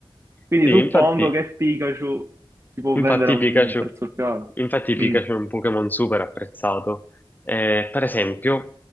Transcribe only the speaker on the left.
sì,
infatti.
Infatti
Pikachu,
infatti Pikachu
è un Pokémon super apprezzato. Eh, per esempio,